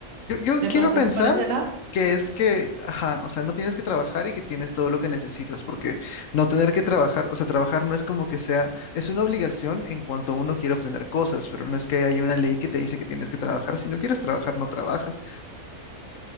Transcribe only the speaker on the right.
De
pronto
es por ese lado,